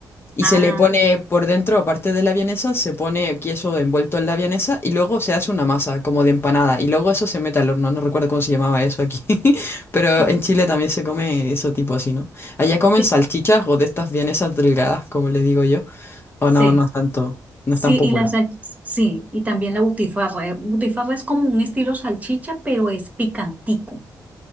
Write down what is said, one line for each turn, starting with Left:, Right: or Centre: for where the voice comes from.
Left: Y
Right: Ah,
Left: se le pone por dentro, aparte de la vienesa, se pone queso envuelto en la vienesa y luego se hace una masa como de empanada y luego eso se mete al horno. No recuerdo cómo se llamaba eso aquí, <laughs> pero
Right: sí,
Left: en Chile también se come eso tipo así, ¿no? Allá comen
Right: sí.
Left: salchichas o de estas vienesas delgadas, como les digo yo. O
Right: sí.
Left: no, no es tanto, no
Right: Sí,
Left: es tan popular.
Right: y la sal- sí, y también la butifarra. eh, Butifarra es como un estilo salchicha, pero es picantico.